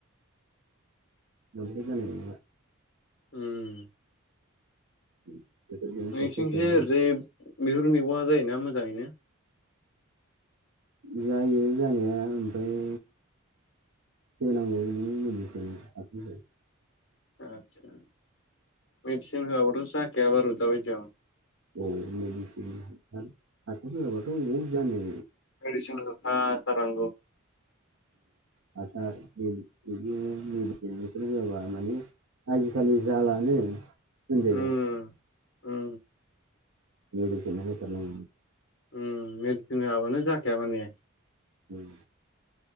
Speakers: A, on the right (about 80°); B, on the left (about 55°).
A: <unintelligible> जानाय
B: उम
A: <unintelligible>
B: नोंसिनिथिंजाय
A: थाइसे थाइनै
B: ओरैजाय बेफोर मैगंआ जायोना मोजाङैनो
A: जायो जानाया ओमफ्राय होनांगौ बिदिनो मुलिखौ <unintelligible> जायो
B: आथसा मेडिसिन होवाबाथ जाखाया बारु दाबादियाव
A: औ मेडिसिन हासार होआबाथ अबाव जानो
B: <unintelligible> सारांग
A: हासार बिदि मेडिसिन बेफोर होआबा माने आजिखालि जालानो होनजायो
B: उम उम
A: मेदिसिन होथारनांगौ
B: उम मेडिसिन होआबानो जाखाया माने
A: उम